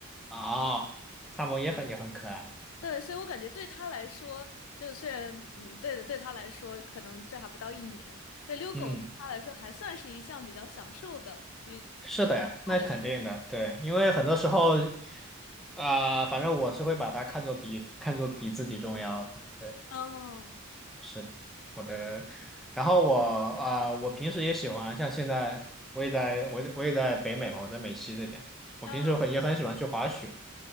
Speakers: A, in the centre; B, on the left.
A: 哦，萨摩耶很也很可爱，
B: 对，所以我感觉对他来说，就虽然嗯，对的对他来说可能这还不到一年，对，遛狗对他来说还算是一项比较享受的、
A: 嗯，
B: 比比较愉快的事情。
A: 是的呀，那肯定的，对，因为很多时候，啊、反正我是会把它看作比看作比自己重要的，对。
B: 嗯
A: 是的，我的。然后我啊、我平时也喜欢，像现在我也在，我在我也在北美嘛，我在美西这边。我平时很也很喜欢去滑雪。
B: 嗯